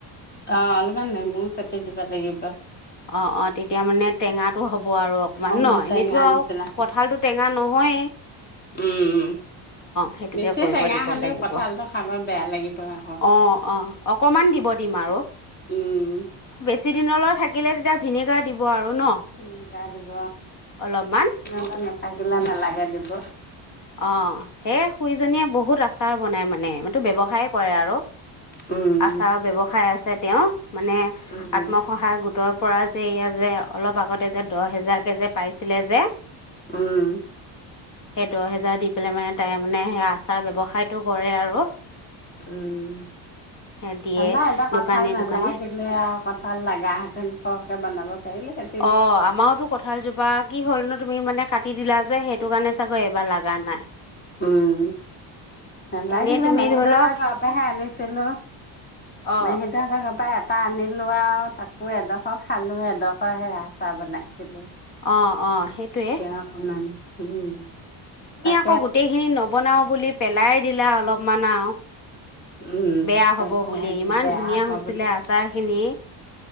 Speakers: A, on the left; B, on the left.
A: অ অলমান নাই মোৰ চতেয়া যিবা লাগিবিব
B: অ অ। তেতিয়া মানে টেঙাটো হ'ব আৰু অকণমান
A: অকমান
B: ন
A: টেঙা
B: এনেইতো
A: নিচিনা
B: আৰু কঁঠালটো টেঙা ন- গই।
A: উম
B: সেইটোকে
A: বেছি
B: কৰিব
A: টেঙা
B: দিব
A: হলেও
B: লাগিব
A: কঠালটো খাব বেয়া লাগিব আকৌ
B: অঁ অঁ অকণমান দিব দিম আৰু
A: উম
B: চিনলৈ থাকে থাকিলে তেতিয়া ভিনেগাৰ দিব আৰু ন
A: উম গাই দিব
B: অলপমান
A: অ আগিলা নালাগে দিব
B: অ সেই শুইজনীয়ে বহুত আচাৰ বনাই মানে মো ব্য়ৱসায় কৰে আৰু
A: উম
B: আচাৰ ব্যৱসায় আছে তেওঁৰ মানে
A: উম
B: আত্মসহায় গোটৰ পৰা যে এয়া যে অলপ আগতে যে দহ হেজাৰ কে যে পাইছিলে যে
A: উম
B: সেই দহ হেজাৰ দি পেলাই মানে তাই মানে স আচাৰ ব্য্ৱসায়তটো কৰে আৰু
A: উম
B: সেই দিয়ে
A: জানাই এতিয়া
B: দোকানে
A: কঠাল নেলাগ
B: দোকানে
A: দিলে আৰু কঠাল লাগা হেতেন সৰকে বনাব পাৰিলোহেঁতেন
B: অ আমাৰতো কঁঠালজোপা কি হ'ল নো তুমি মানে কাট ি দিলা যে সেইটো কাৰণে চাগৈ এইবাৰ লগা নাই
A: উম ভাল লাগছিলে
B: এনেই তুমি
A: মেহীদ
B: ধৰি
A: <unintelligible>
B: লওক
A: এৰ ঘৰ পৰাহে আনিছিলো
B: অঁ
A: মে সটো এৰ <unintelligible> কাপ ইয়াত আানি লোৱা আৰু তাক এডখৰ খালো এডখ ত সে হ চাহ বনাইছিলো
B: অঁ অঁ সেইটোৱে
A: কে অকমান উম তাক
B: আক গোটেই খিনি নবনাও বুলি পেলাই দিলা অলপ মানও
A: উম
B: বেয়া
A: পেলাই
B: হব বুলি
A: আহিলো
B: ইমান
A: বেয়া
B: ধুনীয়া
A: হব
B: হৈছিলে
A: বুলি
B: আচাৰ খিনি